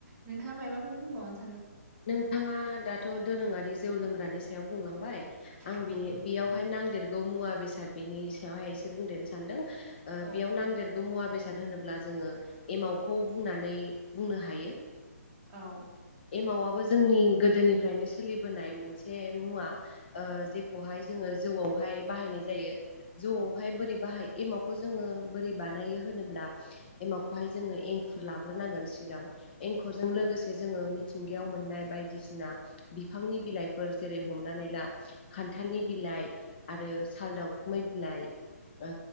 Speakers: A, on the right; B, on the left.
A: नोंथाङा मायबाफोर बुंबावनो स
B: नोंथाङा दाथ' दोरोङारि जौ लोंग्रानि सायाव बुंलांबाय आं
A: औ
B: बिनि बेयावहाय नांदेरगौ मुवा बेसाद बेनि सायावहाय इसे बुंनो सानदों
A: औ
B: बेयावहाय नांदेरगौ मुवा बेसाद होनोबा अब्ला जोङो एमावखौ बुंनानै बुंनो हायो।
A: औ,
B: एमावाबो जोंनि गोदोनिफ्रायनो सोलिबोनाय मोनसे
A: <inaudible>
B: जोंहा ओ जेखौहाय जोङो जौआवहाय बाहायनाय जायो जौआवहाय बोरै बाहाय बेखौ जोङो बोरै बानायो होनोब्ला एमावखौहाय जोङो एंखुर लाग्रोनांगोन सिगां एंखरजों लोगोसे जोङो मिथिंगायाव मोननाय बायदिसिना बिफांनि बिलाइफोर जेरै हमनानै ला खानथ खान्थालनि बिलाइ आरो साल दावखुमै बिलाइ ओ,